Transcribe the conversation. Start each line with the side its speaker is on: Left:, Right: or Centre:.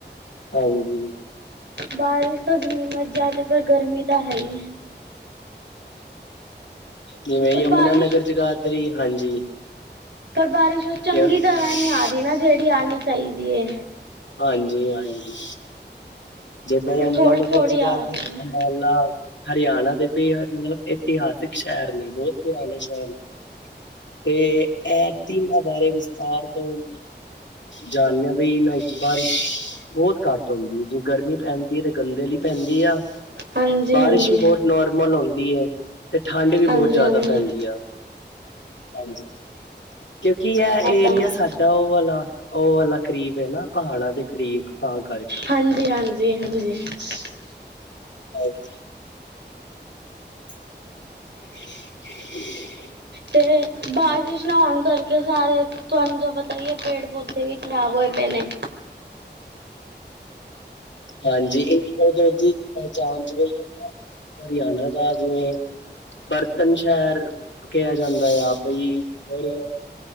Left: ਹਾਂਜੀ,
Right: ਬਾਰਿਸ਼ ਤਾਂ ਜਿੰਨੀ ਮਰਜ਼ੀ ਆਜੇ ਪਰ ਗਰਮੀ ਤਾਂ ਹੈ ਹੀ
Left: ਜਿਵੇਂ
Right: ਪਰ
Left: ਯਮੁਨਾ
Right: ਬਾਰਿਸ਼
Left: ਨਗਰ, ਜਗਾਦਰੀ ਹਾਂਜੀ।
Right: ਬਾਰਿਸ਼ ਉਹ ਚੰਗੀ
Left: ਹਾਂਜੀ
Right: ਤਰ੍ਹਾਂ ਨਹੀਂ ਆ ਰਹੀ ਨਾ ਜਿਹੜੀ ਆਣੀ ਚਾਹੀਦੀ ਐ।
Left: ਹਾਂਜੀ-ਹਾਂਜੀ, ਯਮੁਨਾ
Right: ਉਹ ਥੋੜ੍ਹੀ ਥੋੜ੍ਹੀ
Left: ਨਗਰ, ਜਗਾਦਰੀ,
Right: ਆ ਰਹੀ ਹੈ।
Left: ਅੰਬਾਲਾ। ਹਰਿਆਣਾ ਦੇ ਬੇਹੱਦ ਮਤਲਬ ਇਤਿਹਾਸਿਕ ਸ਼ਹਿਰ ਨੇ ਬਹੁਤ ਪੁਰਾਣੇ ਸ਼ਹਿਰ ਨੇ। ਤੇ ਐ ਧੀਆਂ ਬਾਰੇ ਵਿਸਥਾਰ ਤੋਂ ਜਾਣਿਆ ਬਈ <unintelligible> ਬਾਰਿਸ਼ ਬਹੁਤ ਘੱਟ ਹੁੰਦੀ ਐ ਜਿਵੇ ਗਰਮੀ ਪੈਂਦੀ ਐ ਤੇ ਗੰਦੇ ਲੀ ਪੈਂਦੀ ਆ।
Right: ਹਾਂਜੀ
Left: ਬਾਰਿਸ਼
Right: ਹਾਂਜੀ
Left: ਵੀ ਬਹੁਤ ਨੋਰਮਲ ਆਉਂਦੀ ਐ ਤੇ। ਠੰਡ ਵੀ
Right: ਹਾਂਜੀ
Left: ਬਹੁਤ ਜ਼ਿਆਦਾ
Right: ਹਾਂਜੀ
Left: ਪੈਂਦੀ ਆ ਹਾਂਜੀ। ਕਿਉਂਕਿ ਇਹ ਏਰੀਆ
Right: ਤਾਂ ਹੈ।
Left: ਸਾਡਾ ਉਹ ਵਾਲਾ ਉਹ ਵਾਲਾ ਕਰੀਬ ਐ ਨਾ ਪਹਾੜਾਂ ਦੇ ਕਰੀਬ। ਤਾਂ ਕਰਕੇ
Right: ਹਾਂਜੀ <unintelligible>
Left: ਹਾਂਜੀ, <unintelligible>
Right: ਤੇ ਬਾਰਿਸ਼ ਨਾ ਆਉਣ ਕਰਕੇ ਸਾਰੇ ਤੁਹਾਨੂੰ ਤਾਂ ਪਤਾ ਈ ਐ ਪੇੜ ਪੌਦੇ ਵੀ ਖ਼ਰਾਬ ਹੋਏ ਪਏ ਨੇ।
Left: ਹਾਂਜੀ, <unintelligible> ਦੀ ਪਹਿਚਾਣ <unintelligible> ਆ ਉਹਨਾਂ ਹਰਿਆਣਾ ਦਾ ਜਿਵੇਂ। ਬਰਤਨ ਸ਼ਹਿਰ ਕਿਹਾ ਜਾਂਦਾ ਆ ਬਈ ਹੋਰ।